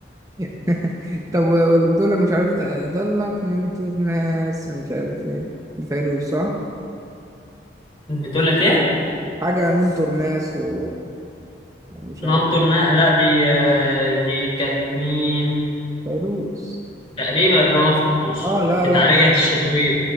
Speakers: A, on the right; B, on the left.
A: <laughs> طب واللي بتقول لك مش عارف ضلك ننطر ناس مش عارف ايه الفيروز صح
B: بتقول لك إيه؟
A: حاجة ننطر ناس و- ومش عارف
B: ننطر نا لا دي آه، دي كانت مين؟
A: فيروز
B: تقريبا أنا فوز
A: اه لا
B: بتاع
A: لا
B: رجعت
A: زم
B: الشتوية